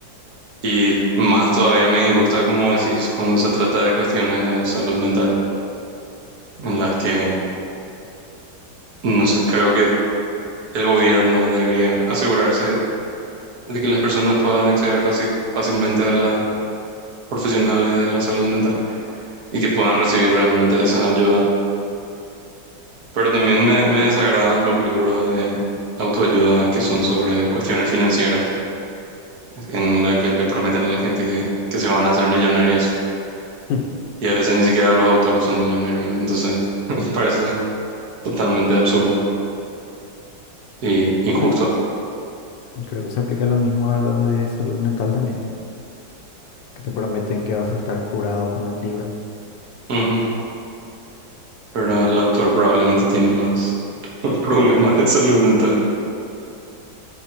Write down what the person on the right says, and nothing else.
Y más todavía me disgusta, como decís, cuando se trata de cuestiones de salud mental, en las que, no sé, creo que el gobierno debería asegurarse de que las personas puedan acceder fácil- fácilmente a las profesionales de la salud mental y que puedan recibir realmente esa ayuda. Pero también me, me desagradan los libros de autoayuda que son sobre cuestiones financieras, en la que le prometen a la gente que, que se van a hacer millonarios
y a veces ni siquiera los autores son millonarios. Entonces, <laughs> me parece totalmente absurdo y injusto.
Ujú. Pero el autor probablemente tiene más <laughs> problemas de salud mental.